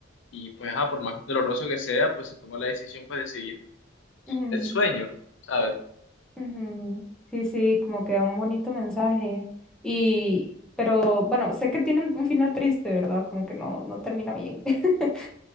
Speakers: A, on the left; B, in the centre.
A: y pues, ah, por más doloroso que sea, pues se toma la decisión pues de seguir
B: ujú.
A: el sueño, ¿sabes?
B: Ujú. Sí, sí, como que da un bonito mensaje. Y, pero bueno, sé que tiene un un final triste, ¿verdad? Como que no, no termina bien. <laughs>